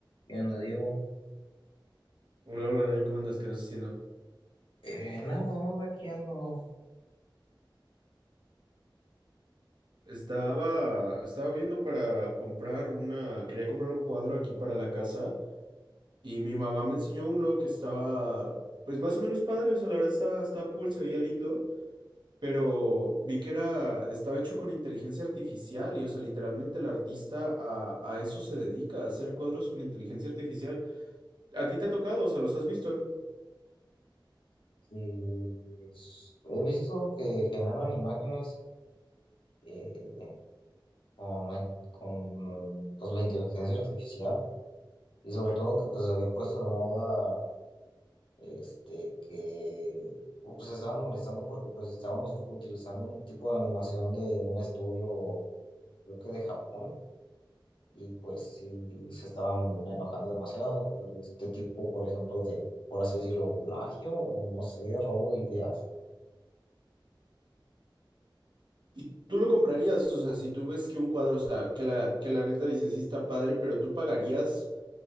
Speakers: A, on the left; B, on the right.
A: ¿Qué onda, Diego?
B: Hola, hola, Nain, ¿cómo andas? ¿Qué andas haciendo?
A: Eh, nada más aquí ando.
B: Estaba, estaba viendo para comprar una, quería comprar un cuadro aquí para la casa y mi mamá me enseñó uno que estaba, pues más o menos padre, o sea, la verdad estaba, estaba cool, se veía lindo, pero vi que era, estaba hecho con inteligencia artificial y, o sea, literalmente el artista a, a eso se dedica, a hacer cuadros con inteligencia artificial. ¿A ti te ha tocado? O sea, ¿los has visto?
A: Este, pues, he visto que generan imágenes eh, con la, con pues, la inteligencia artificial y sobre todo que pues se había puesto de moda este, que pues, se estaban molestando porque pues estaban us- utilizando un tipo de animación de un estudio, creo que de Japón y pues sí se estaban enojando demasiado por este tipo, por ejemplo, de, por así decirlo, plagio o no sé, robo de ideas.
B: Y tú lo comprarías, o sea, si tú ves que un cuadro, o sea, que la, que la neta dices, sí está padre, pero tú pagarías.